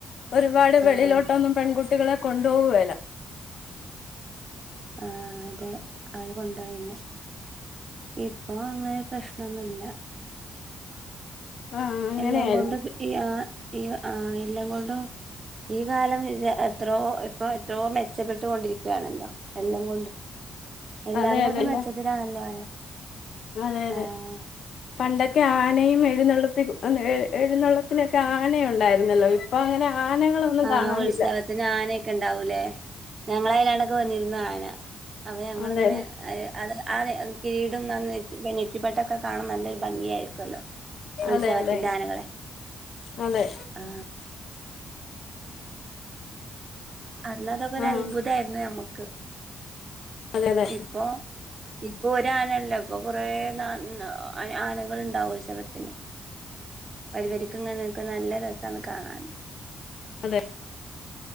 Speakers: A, on the left (about 70°); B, on the right (about 40°).
A: ഒരുപാട്
B: ആഹ്
A: വെളിലോട്ടൊന്നും പെൺകു കുട്ടികളെ കൊണ്ടുപോവുവേല
B: ആ അതെ <unintelligible> റിയില്ല ഇപ്പൊ അങ്ങനെ പ്രശ്നൊന്നു ഇല്ല
A: ആഹ് അങ്ങനെയായിരുന്നു
B: എല്ലാം കൊണ്ടും <unintelligible> ഈ, ആ എല്ലാം കൊണ്ടും ഈ കാലം എത്രോ ഇപ്പൊ എത്രയോ മെച്ചപ്പെട്ടു കൊണ്ടിരിക്കുകയാണല്ലോ, എല്ലാം കൊണ്ടും എല്ലാം
A: അതെ
B: കൊണ്ടും
A: അതെല്ല
B: മെച്ചത്തിലാണല്ലോ
A: അതെ അതെ
B: ആഹ്
A: പണ്ടൊക്കെ ആനയും എഴുന്നള്ളത്തി, എഴുന്നള്ളത്തിനൊക്കെ ആന ഒണ്ടായിരുന്നല്ലോ. ഇപ്പൊ അങ്ങനെ ആനകളൊന്നും
B: ആ,
A: കാണാനില്ല
B: ഉത്സവത്തിന് ആനെക്കെ എണ്ടാവൂലേ, ഞങ്ങളെനാണ് ടെ വന്നിരുന്നു ആന അപ്പം ഞങ്ങൾ
A: അതെ
B: ഇങ്ങനെ, അത് ആ കിരീടം <unintelligible> നെറ്റിപട്ടൊക്കെ കാണാൻ നല്ല ഭംഗിയായിരിക്കുവല്ലോ
A: അതെ
B: ഉത്സവത്തിന്റെ
A: അതെ
B: ആനകളെ,
A: അതെ
B: ആ അന്ന് അതൊക്കെ ഒരു
A: ആഹ്
B: അത്ഭുതായിരുന്നു നമ്മക് <unintelligible>
A: അതെ അതെ
B: ഇപ്പൊ ഇപ്പൊ ഒരു ആനല്ലല്ലോ ഇപ്പൊ കുറെേ ന ആനകൾ ഇണ്ടാവും ഉത്സവത്തിന് വരി വരീക്കിങ്ങനെ നിക്കണത് നല്ല രസാണ് കാണാൻ
A: അതെ